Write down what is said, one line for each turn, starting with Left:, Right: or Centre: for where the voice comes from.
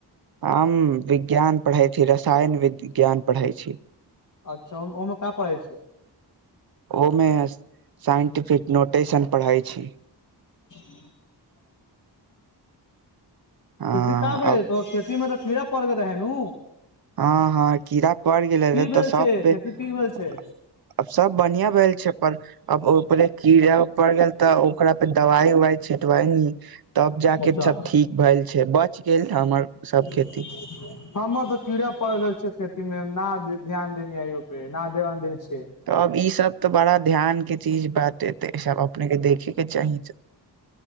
Right: हम विज्ञान पढ़ै छी रसायन विज्ञान पढ़ै अछि
Left: अच्छा ओहिमका पढ़ै छी
Right: ओ मे सांख्यिकी नोटेशन पढ़ै छी
Left: <inaudible>
Right: हँ
Left: खेतीमे
Right: अब
Left: तऽ कीड़ा परड़ग रहै नू
Right: हँ हँ कीड़ा पड़ि गेलै
Left: की
Right: रहे
Left: भेल
Right: तऽ सब
Left: छै
Right: पे
Left: खेती की भेल
Right: <unintelligible>
Left: छै
Right: आब सब बढ़िया भेल छै पर आब उपरे कीड़ा पड़ गेल तऽ ओकरा पे दवाइ उवाई छिटबाइ न तब जाके
Left: अच्छा
Right: ठीक भेल छै बचि गेल तऽ हमर
Left: <inaudible>
Right: सब खेती
Left: हमर तो कीड़े पड़ रहल छ खेती मे न ध्यान देनी ऐहो पे न ध्यान देने छी
Right: तब ई सब तऽ बड़ा ध्यान के चीज बातेते सब अपने के देखे के चाही